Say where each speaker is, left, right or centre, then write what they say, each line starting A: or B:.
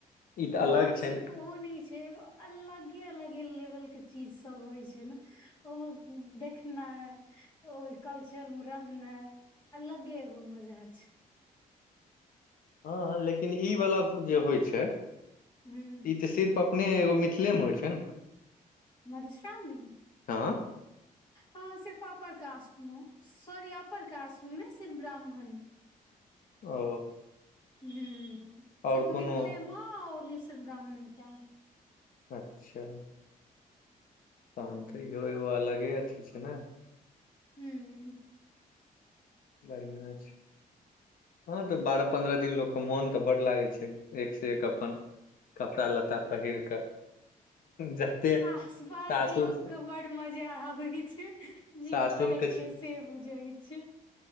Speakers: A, on the left; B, on the left.
A: ई तऽ अलग
B: बात
A: छै
B: सिर्फ
A: ने।
B: ओ नहि छै एगो अलगे अलगे लेवलके चीजसभ होइ छै ने ओ देखनाय ओहि कल्चरमे रहनाइ अलगहि एकटा मजा छै।
A: हँ मुदा ई वाला जे होइ छै।
B: हूं
A: ई तँ सिर्फ अपन मिथिलामे होइ छै ने।
B: मधुश्रावणी।
A: हँ
B: हँ सिर्फ अपर कास्टमे नहि, सॉरी, सिर्फ ब्राह्मणमे।
A: ओ
B: हँ,
A: आओर
B: सिर्फ
A: कोनो
B: मिथिलामे ओहो। सिर्फ़ ब्राह्मणतमे।
A: अच्छा तहन तऽ इहो एगो अलगे अथी छै। ने
B: हूँ
A: बढ़िआ छै। हँ, तँ बारह पन्द्रह दिन लोकक मोन तँ बड्ड लागै छै, एक सँ एक अपन। कपड़ा लत्ता पहिर कऽ जते
B: आस पास
A: सासुर
B: के लोक के बड्ड मजा अबै छै, जे
A: सासुर
B: करै छी से बुझै छै।